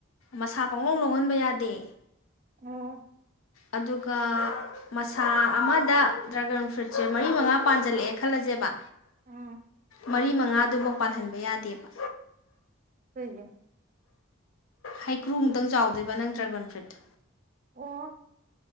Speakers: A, on the left; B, on the right.
A: ꯃꯁꯥ ꯄꯪꯂꯣꯡ ꯂꯣꯡꯉꯟꯕ ꯌꯥꯗꯦ
B: ꯑꯣ
A: ꯑꯗꯨꯒ ꯃꯁꯥ ꯑꯃꯗ ꯗ꯭ꯔꯥꯒꯟ ꯐ꯭ꯔꯨꯏꯠꯁꯦ ꯃꯔꯤ ꯃꯉꯥ ꯄꯥꯟꯖꯜꯂꯛꯑꯦ ꯈꯜꯂꯖꯦꯕ
B: ꯎꯝ
A: ꯃꯔꯤ ꯃꯉꯥꯗꯨꯕꯧ ꯄꯥꯜꯍꯟꯕ ꯌꯥꯗꯦꯕ
B: ꯀꯩꯒꯤ
A: ꯍꯩꯀ꯭ꯔꯨ ꯃꯨꯛꯇꯪ ꯆꯥꯎꯗꯣꯏꯕ ꯅꯪ ꯗ꯭ꯔꯥꯒꯣꯟ ꯐ꯭ꯔꯨꯏꯠꯇꯣ
B: ꯑꯣ